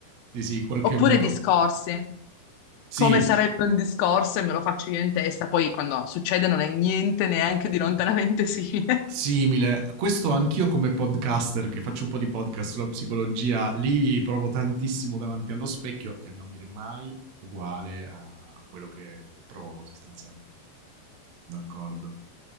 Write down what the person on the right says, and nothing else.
sì, sì, in qualche
modo
sì.
Simile, questo anch'io come podcaster che faccio un po' di podcast sulla psicologia, lì provo tantissimo davanti allo specchio e non viene mai uguale a quello che, che provo sostanzialmente, quindi sono d'accordo.